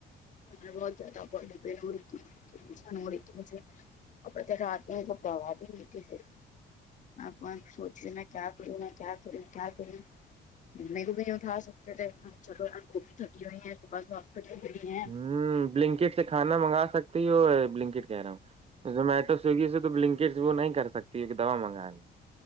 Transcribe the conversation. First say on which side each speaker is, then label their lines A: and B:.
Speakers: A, on the left; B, on the right.
A: ہ بہت زیادہ بڑ پ ہو رہی تھیشان ہو رہی تھی مجھے <unintelligible> ا رات میں سبا بھی مٹھی سے آپاں سوچ رہے میں کیا کروں میں کیا کروں کیا کروں ممی کو بھی نہیں اٹھا سکتے تھے چلو ار گو تھکی ہوئی ہے صبح صبح بچت بڑھ ہیں <unintelligible>
B: ہوں بلنکٹ سے کھانا منگا سکتی ہو بلنکٹ کہہ رہا ہوں زومیٹو سویگی سے تو بلنکیج وہ نہیں کر سکتی کیون کہ دوا منگائیں گے